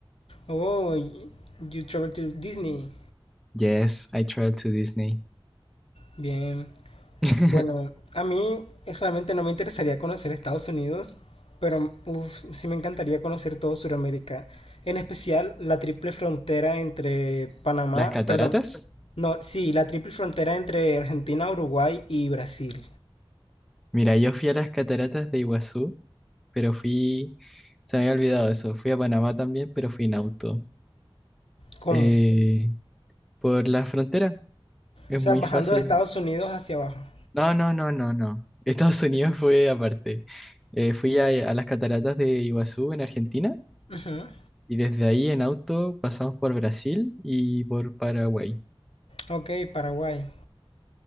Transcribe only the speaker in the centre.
Yes, I traveled to Disney.
<laughs>
Las cataratas.
Mira, yo fui a las cataratas de Iguazú, pero fui, se me había olvidado eso. Fui a Panamá también, pero fui en auto.
Eh,
por la frontera, es
muy
fácil.
No, no, no, no, no. <laughs> Estados Unidos fue aparte. Eh, fui a, a las cataratas de Iguazú en Argentina
y desde ahí en auto pasamos por Brasil y por Paraguay.